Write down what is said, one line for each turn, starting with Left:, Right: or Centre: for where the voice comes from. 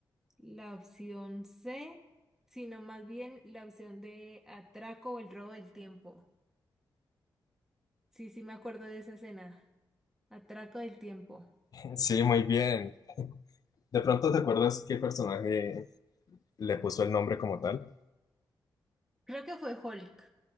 Centre: la opción C, sino más bien la opción de atraco o el robo del tiempo. Sí, sí me acuerdo de esa escena. Atraco del tiempo.
Left: <laughs> Sí, muy bien. ¿De pronto te acuerdas qué personaje le puso el nombre como tal?
Centre: Creo que fue Hulk.